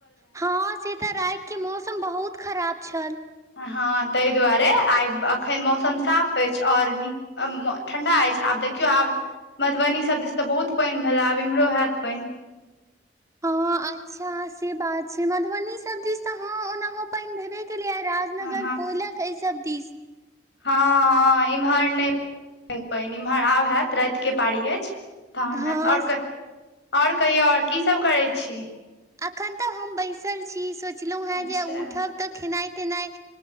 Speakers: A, on the right; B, on the left.
A: हँ से तऽ रातिके मौसम बहुत खराब छल
B: हँ ताहि दुआरे आइ एखन मौसम साफ अछि ओर नीक ठण्डा अछि आब देखियौ आब मधुबनी सब दिस तऽ बहुत पानि भेला आब इम्हरो होयैत पानि
A: हँ अच्छा से बात छै मधुबनी सब दिस त ह ओनाहो पानि भेबे के लिय राजनगर
B: हँ
A: कोयलक एहिसभ दिस
B: हँ हँ एम्हर नहि पानि इम्हर आब होयैत रातिके पारी अछि तहन
A: हँ
B: हत आओर आओर कहियौ आओर कीसभ करै छी
A: अखन तऽ हम बैसल छी सोचलहु हें
B: अच्छा
A: जे उठब तऽ खेनाइ तेनाइ